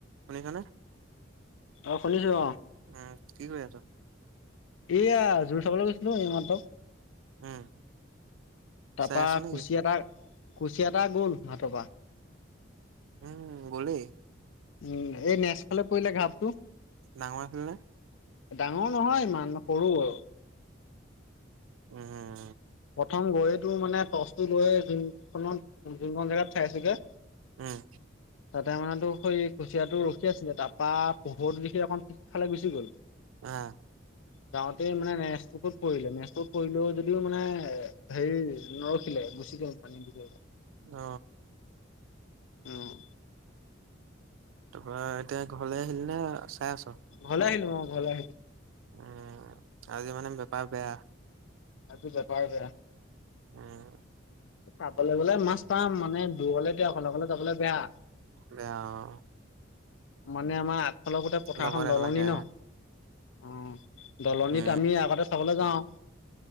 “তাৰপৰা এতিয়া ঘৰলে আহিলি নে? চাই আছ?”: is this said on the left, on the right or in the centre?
Right